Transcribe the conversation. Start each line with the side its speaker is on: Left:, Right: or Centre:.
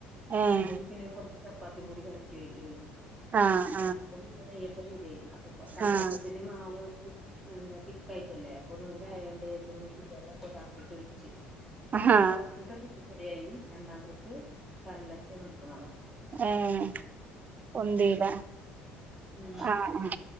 Right: ഏഹ്
Centre: അയില് പിന്നെ കുറച്ച് ചപ്പാത്തി പൊടി കലക്കിലോ
Right: ആഹ്
Centre: അപ്പൊപിന്നെ നെയപ്പം ശെരിയായി അപ്പൊ കൽത്തപ്പത്തിനു
Right: ആഹ് ആഹ്
Centre: മാവ് അത് എന്താ തിക്കായിട്ടല്ലേ അപ്പൊ ഒന്നും കൂടി ആയാണ്ട് ഏ ച്ചിന്ന് ചിയ്യാല്ല പ്പൊ തളപ്പിച്ച് ഒഴിച്ച്
Right: ആഹ്
Centre: അപ്പൊ
Right: ആഹ്
Centre: ഫസ്റ്റ്ത്തെ ട്രിപ്പ് ശരിയായി രണ്ടാം ട്രിപ്പ് കല്ലച്ച് നിക്കണതോ
Right: എഹ് ഒന്തില
Centre: ഉം
Right: ആഹ് അ-